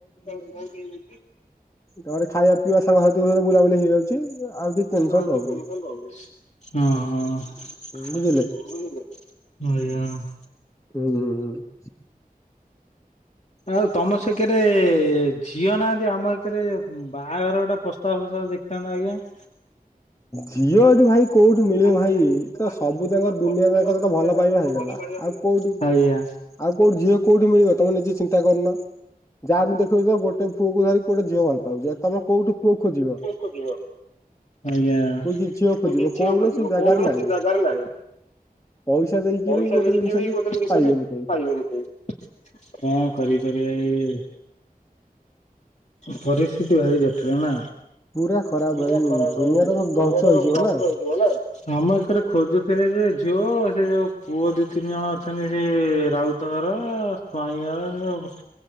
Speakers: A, on the left; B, on the left.
A: <unintelligible> <unintelligible>
B: ଘରେ ଖାଇବା ପିଇବା ସାଙ୍ଗସାଥିଙ୍କ ବୁଲାବୁଲି ହେଇଯାଉଛି ଆଉ। କିଛି ଟେନସନ
A: ଆଉ ଦିପୁନ
B: ରହୁନି।
A: ସାଙ୍ଗ ହଉନି, ହଁ
B: ବୁଝିଲେ
A: ହଁ। ଏୟା ଆଉ।
B: ହୁଁ।
A: ଆଉ ତମ ସେକରେ ଝିଅ ନାହାନ୍ତି? ଆମ ଏକରେ ବାହାଘର ଗୋଟା ପ୍ରସ୍ତାବ ଦେଖିଥାନ୍ତା ଆଜ୍ଞା। <inaudible>
B: ଝିଅ ଏଠି ଭାଇ କୋଉଠି ମିଳିବ
A: ଭାଇ କୋଉଠୁ
B: ତ
A: ଭାଇ ସବୁ
B: ଯାକ ଦୁନିଆ ଯାକ
A: ଜାଗା ଦୁ
B: ତ ଭଲ
A: ଜାଗା
B: ପାଇବା
A: କଲେ
B: ହେଇଗଲା
A: ତ ଭଲ ପାଇବା
B: ଆଉ
A: ହେଇଗଲା।
B: କୋଉଠି
A: ଆଜ୍ଞା।
B: ଆଉ କୋଉଠି ଝିଅ କୋଉଠି ମିଳିବ ତମେ ନିଜେ ଚିନ୍ତା କରୁନ। ଯାହା ମୁଁ ଦେଖଛି ତ ଗୋଟେ ପୁଅକୁ ଧରି ଗୋଟେ ଝିଅ ଭଲ ପାଉଛି, ଆଉ ତମ କୋଉଠି ପୁଅ ଖୋ ଯିବ?
A: ଯିବ। ଆଜ୍ଞା
B: କୋଉଠି ଝିଅ
A: ତୁ
B: ଖୋଜିବ
A: କିଝିବା
B: କୌଣସି
A: ଖୋଜିବ
B: ଜାଗାରେ
A: କୌଣସି
B: ନାହିଁ
A: ଜାଗାରେ ନାଇଁ।
B: ପଇସା ଦେଇକି
A: ପଇସା
B: ବି ଗୋଟେ
A: ନେଇକି
B: ଜିନିଷ
A: ବି ଗୋଟେ ଜିନିଷ
B: ପାଇବେନି
A: ବି
B: କେହି।
A: ପାଇବେନି ସେ କ କରି ପାରି ଆଇ ପରିସ୍ଥିତି ଭାରି ଜଟିଳ ନା।
B: ପୁରା ଖରାପ
A: ପୁରା
B: ଭାଇ
A: ଖରାପ
B: ଦୁନିଆ
A: ଭାଇ ଦୁନିଆରେ
B: ତ ସବୁ ଧ୍ୱଂସ ହେଇଯିବ
A: ସବୁ ଧ୍ୱଂସ
B: ନା
A: ହେଇଯିବ ନା। ଆମ ଏକରେ ଖୋଜୁଥିଲେ ଯେ ଝିଅ ସେ ଯୋଉ ପୁଅ ଦି ତିନି ଜଣ ଅଛନ୍ତି ସେ ରାଉତ ତୋର ସ୍ଵାଇଁଗଳ ଯିବୁ।